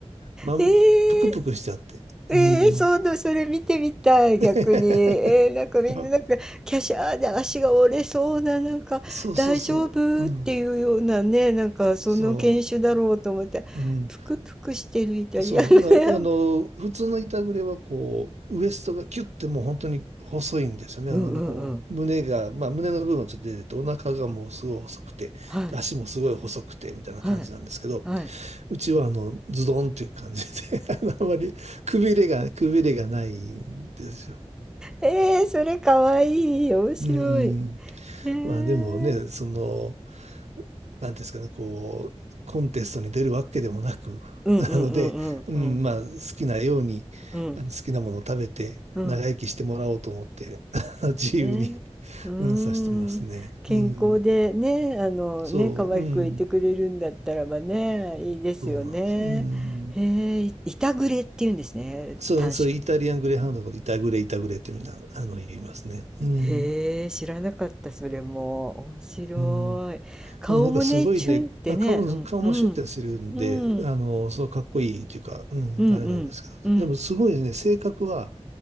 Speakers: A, on the right; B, in the centre.
A: まん、
B: えー
A: ぷくぷくしちゃって。
B: ええそうな、
A: うん。
B: それ見てみたい、
A: <laughs>
B: 逆に。えー、なんかみんな、
A: あ
B: なんか、キャシャーで足が折れそうな、なんか、
A: そうそうそう。
B: 大丈夫っていうようなね、
A: うん。
B: なんか、その犬種だろうと思って、
A: そう。うん。
B: ぷくぷくしてるイタリアン。
A: そう、な、あの、普通の板グレはこう、ウエストがキュッてもう本当に細いんですよね。
B: <laughs> うんうんうん。
A: あの、胸が、まあ胸の部分はちょっと出てて、お腹がもうすごい細くて、
B: はい、
A: で足もすごい細くて、みたいな感じなんですけど、
B: はい、はい。
A: うちはあの、ズドンっていう感じで <laughs> あのあんまりくびれが、くびれがないんですよ。
B: えー、それかわいい。面白い。
A: う
B: へ
A: ん。
B: えー。
A: まあでもね、その、なんていうんですかね、こう、コンテストに出るわけでもなく、
B: うんうんうんうんうん。
A: <laughs> なので、うん、まあ、好きなように、
B: うん
A: あの好きなものを食べて、
B: うん。
A: 長生きしてもらおうと思って、<laughs> 自由に、
B: ね、うー
A: うん、さしてますね。
B: ん、健康でね、
A: うん、
B: あのね、
A: そう、
B: 可愛くいてくれるんだったらばね、
A: うん、
B: いいですよね。
A: そうなんです。うん、
B: へえ、いいたぐれっていうんですね、
A: そう、
B: 短縮。
A: そう、イタリアングレーハウンドのこと、イタグレ、イタグレってみんな、あの、言いますね。うん、
B: へえ、知らなかった、それも。面白い。
A: うん。で
B: 顔もね、
A: もなんかすごいね、
B: チュンってね、
A: あ、顔、
B: うん、
A: 顔もシュッてしてるんで、
B: うん、うん、
A: あの、そうかっこいいというか、うん、
B: うん、
A: あれなんですけど。
B: うん、うん。
A: でもすごいね、性格は、